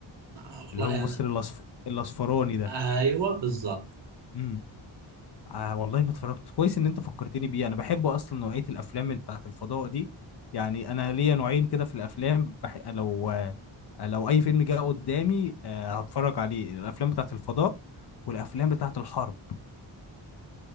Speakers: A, on the right (about 60°); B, on the left (about 55°).
A: آه والله
B: اللي هو الممثل
A: انا
B: الاصف... الاصفراني ده
A: آه، ايوه بالضبط
B: امم آه والله ما اتفرجت كويس ان انت فكرتني بيه انا بحب اصلا نوعيه الافلام اللي بتاعت الفضاء دي يعني انا ليا نوعين كده في الافلام بح... لو آه لو اي فيلم جه قدامي آه هتفرج عليه الافلام بتاعت الفضاء والافلام بتاعت الحرب